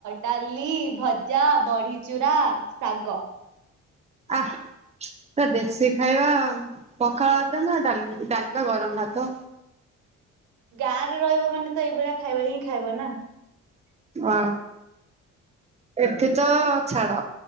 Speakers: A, on the right; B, on the right.
A: ଡାଲି, ଭଜା, ବଢିଚୁରା, ଶାଗ।
B: ଆ ପୁରା ଦେଖି ଖାଇବା ଆଉ। ପଖାଳ ଭାତ ନା ଡାଲି ଡାଲି ପା ଗରମ ଭାତ।
A: ଗାଁ ରେ ରହିବ ମାନେ ତ ଏଇଭଳିଆ ଖାଇବା ହିଁ ଖାଇବ ନା।
B: <unintelligible> ଏଠି ତ ଛାଡ